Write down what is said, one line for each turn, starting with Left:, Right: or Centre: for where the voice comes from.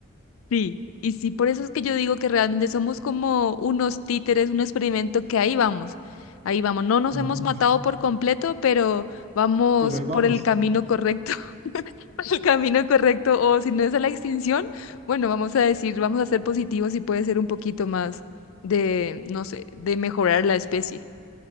Left: Sí, y sí, por eso es que yo digo que realmente somos como unos títeres, un experimento que ahí vamos, ahí vamos. No nos
Right: Ujú.
Left: hemos matado por completo, pero vamos
Right: Pero ahí
Left: por
Right: vamos.
Left: el camino correcto, <laughs> por el camino correcto, o si no es a la extinción, bueno, vamos a decir, vamos a ser positivos y puede ser un poquito más de, no sé, de mejorar la especie.